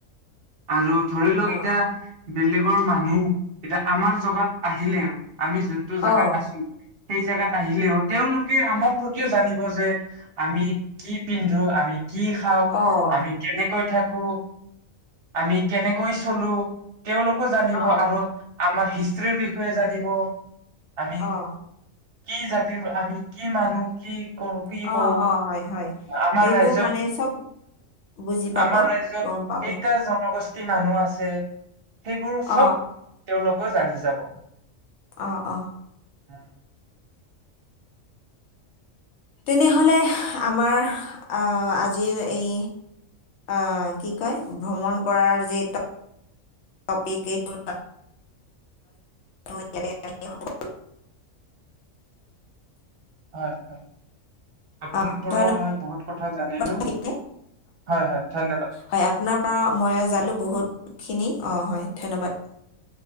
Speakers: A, on the right; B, on the left.
A: আৰু ধৰি লওক
B: অঁ
A: এতিয়া। বেলেগৰ মানুহ এতিয়া আমাৰ জেগাত আহিলেও আমি যোনটো জেগাত
B: অঁ
A: আছোঁ। সেই জেগাত আহিলেও তেওঁলোকে আমাৰ প্ৰতিও জানিব যে। আমি কি পিন্ধো আমি কি খাওঁ
B: অঁ
A: আমি কেনেকৈ থাকো। আমি কেনেকৈ চলো তেওঁলোকো জানিব
B: অঁ
A: আৰু। আমাৰ হিষ্টৰিৰ বিষয়ে জানিব আমি।
B: অঁ
A: কি জাতিৰ আমি কি মানুহ কি কৰো কি
B: অ
A: কৰো
B: অ হয় হয়
A: আমাৰ
B: সেইবোৰ
A: ৰাজ্যত
B: মানে চব বুজি পাব
A: আমাৰ ৰাজ্যত
B: গম পাব
A: কেইটা জনগোষ্ঠী মানুহ আছে সেইবোৰ চব
B: অঁ
A: তেওঁলোকো জানি যাব
B: অহ অহ
A: উম
B: তেনেহ'লে আমাৰ আজিৰ এই অ কি কয় ভ্ৰমণ কৰাৰ যি টপিক এইটো টো ইয়াতে <unintelligible>
A: হয় হয় আপোনাৰ
B: অ
A: পৰাও
B: ধন্যবাদ
A: মই বহুত কথা জানিলো
B: থাকিলে
A: হয় হয় ধন্যবাদ
B: হয় আপোনাৰ পৰা মইয়ো জানিলো বহুতখিনি অহ হয় ধন্যবাদ